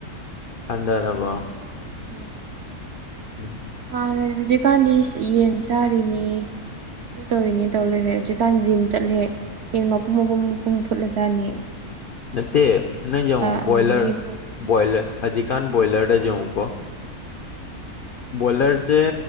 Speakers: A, on the left (about 70°); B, on the right (about 65°).
A: ꯑꯗꯅꯕꯣ
B: ꯎꯝ
A: ꯎꯝ
B: ꯍꯥꯟꯅꯥ ꯍꯧꯖꯤꯛꯀꯥꯟꯗꯤ ꯌꯦꯟ ꯆꯥꯔꯤꯅꯦ ꯇꯧꯔꯤꯅꯦ ꯇꯧ ꯂꯩꯔꯦ ꯍꯧꯖꯤꯛꯀꯥꯟ ꯖꯤꯝ ꯆꯠꯂꯦ ꯌꯦꯟ ꯃꯄꯨꯝ ꯃꯄꯨꯝꯨꯝ ꯐꯨꯠꯂꯖꯥꯠꯅꯤ
A: ꯅꯠꯇ‌ꯦ ꯅꯪ ꯌꯥꯡꯉ‌ꯣ
B: ꯑꯗꯨꯗꯒꯤ ꯄ꯭ꯔꯣꯇꯤꯟ
A: ꯕ‌ꯣꯏꯂꯔ
B: ꯊꯛꯏ
A: ꯕ‌ꯣꯌꯂꯔ ꯖꯍꯨ ꯀꯣ ꯣꯂꯔꯁꯦ
B: ꯎꯝ